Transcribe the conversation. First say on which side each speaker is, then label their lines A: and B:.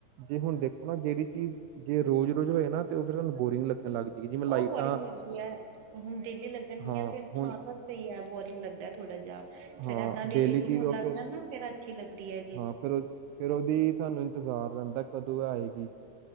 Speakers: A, on the right (about 80°); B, on the right (about 50°).
A: ਜੇ ਹੁਣ ਦੇਖੋ ਨਾ, ਜਿਹੜੀ ਚੀਜ਼ ਜੇ ਰੋਜ਼-ਰੋਜ਼ ਹੋਏ ਨਾ ਤੇ ਉਹ ਫਿਰ ਤੁਹਾਨੂੰ ਬੋਰਿੰਗ ਲੱਗਣ ਲੱਗ ਜਾਏਗੀ ਜਿਵੇਂ ਲਾਈਟਾਂ
B: ਉਹ ਫੈਰਿੰਗ ਮਿਰਦੀ ਐ, ਹੁਣ ਡੇਲੀ ਲੱਗਣਗੀਆਂ,
A: ਹਾਂ
B: ਫਿਰ
A: ਹੁਣ
B: ਹਾਂ ਸਹੀ ਐ ਬੋਰਿੰਗ ਲੱਗਦਾ ਥੋੜਾ ਜਿਹਾ, ਫੇਰ
A: ਹਾਂ
B: ਏਦਾਂ ਜੇ ਡੇਲੀ
A: ਚੀਜ਼
B: ਹੋਣ
A: ਉਹ
B: ਲੱਗਦਾ
A: ਫਿਰ
B: ਨਾ, ਫੇਰ ਅੱਛੀ ਲੱਗਦੀ ਏ।
A: ਹਾਂ ਫਿਰ ਉਹ, ਫੇਰ ਉਹਦੀ ਸਾਨੂੰ ਇੰਤਜ਼ਾਰ ਰਹਿੰਦਾ ਕਦੋਂ ਆਏਗੀ।